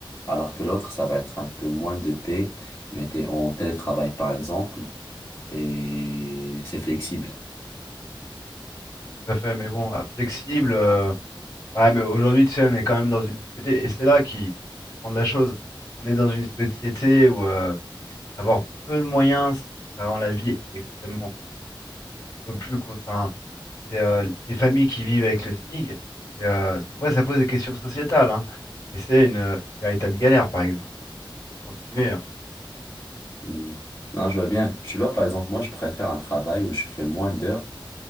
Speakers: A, on the left; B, on the left.
A: Alors que l'autre, ça va être un peu moins de paix, mais t'es en télétravail, par exemple, et c'est flexible.
B: Tout à fait, mais bon, ah, flexible. euh, Ouais, mais aujourd'hui, tu sais, on est quand même dans une société, et c'est là qu'il qu'il faut comprendre la chose. On est dans une société où euh, avoir peu de moyens, c'est- ça rend la vie extrêmement compliquée. On peut plus, qu'on- enfin, c'est euh, les familles qui vivent avec le SMIG. Et, euh, c'est- après, ça pose des questions sociétales, hein. Mais c'est une, une véritable galère, par exemple. Je peux continuer, hein.
A: Hmm. Non, je vois bien. Tu vois, par exemple, moi, je préfère un travail où je fais moins d'heures